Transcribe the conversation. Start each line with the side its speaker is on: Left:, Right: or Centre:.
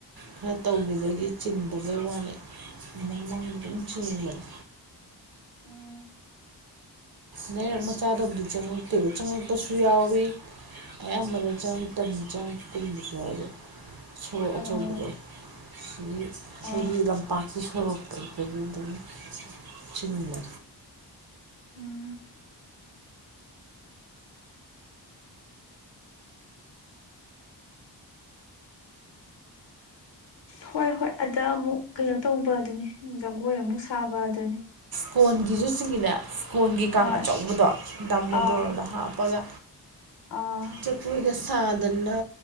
Right: ꯈꯔ ꯇꯧꯒꯤꯕꯒꯤ ꯆꯤꯡꯗꯕꯩ ꯋꯥꯅꯤ ꯃꯃꯥꯡ ꯑꯗꯨꯝ ꯆꯤꯡꯕꯅꯤ
Left: ꯎꯝ
Right: ꯅꯩꯔꯛ ꯃꯆꯥꯗꯕꯨꯗꯤ ꯆꯪꯉꯛꯇꯦꯕ ꯆꯪꯉꯛꯄꯁꯨ ꯌꯥꯎꯏ ꯑꯌꯥꯝꯕꯅ ꯆꯪꯉꯛꯇꯝ ꯆꯪꯉꯛꯀꯨꯝꯕꯁꯨ ꯌꯥꯎꯏ ꯁꯣꯔꯣꯛ
Left: ꯑꯣ
Right: ꯑꯆꯧꯕꯗꯣ ꯁꯨꯝ
Left: ꯑꯣ
Right: ꯁꯤꯒꯤ ꯂꯝꯄꯥꯛꯀꯤ ꯁꯣꯔꯣꯛꯇꯒꯤ <unintelligible> ꯑꯗꯨꯝ ꯆꯨꯝꯃꯦ
Left: ꯎꯝ ꯍꯣꯏ ꯍꯣꯏ ꯑꯗ ꯑꯃꯨꯛ ꯀꯩꯅꯣ ꯇꯧꯕ ꯑꯗꯨꯅꯤ ꯖꯒꯣꯏ ꯑꯃꯨꯛ ꯁꯥꯕ ꯑꯗꯨꯅꯤ
Right: ꯀꯣꯟꯒꯤꯁꯨ ꯆꯤꯡꯉꯤꯗ ꯀꯣꯟꯒꯤ ꯀꯥꯡ
Left: ꯑꯥ
Right: ꯑꯆꯧꯕꯗꯣ ꯗꯃꯣꯗꯣꯔꯗꯣ
Left: ꯑꯥ
Right: ꯍꯥꯞꯄꯒ
Left: ꯑꯥ
Right: ꯆꯄꯨꯏꯒꯁ ꯊꯥꯗꯅ